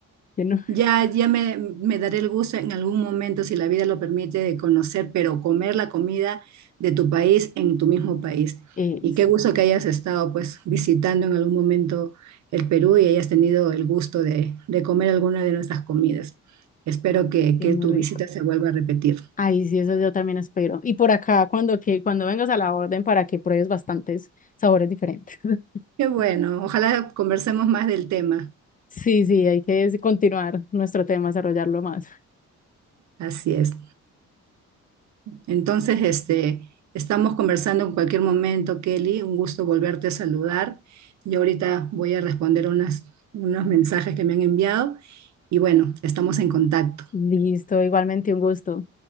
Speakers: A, on the left; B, on the right.
A: que no,
B: Ya, ya me, me daré el gusto en algún momento, si la vida lo permite, de conocer, pero comer la comida de tu país en tu mismo país.
A: <laughs> eh,
B: Y
A: sí,
B: qué gusto que hayas estado pues visitando en algún momento el Perú y hayas tenido el gusto de, de comer alguna de nuestras comidas. Espero que,
A: sí,
B: que
A: es muy
B: tu
A: rico.
B: visita se vuelva a repetir.
A: Ay, sí, eso yo también espero. Y por acá, cuando, que, cuando vengas a la orden para que pruebes bastantes sabores diferentes. <laughs>
B: Qué bueno, ojalá conversemos más del tema.
A: Sí, sí, hay que continuar nuestro tema, desarrollarlo más.
B: Así es. Entonces, este, estamos conversando en cualquier momento, Kelly. Un gusto volverte a saludar. Yo ahorita voy a responder unas, unos mensajes que me han enviado y bueno, estamos en contacto.
A: Listo, igualmente un gusto.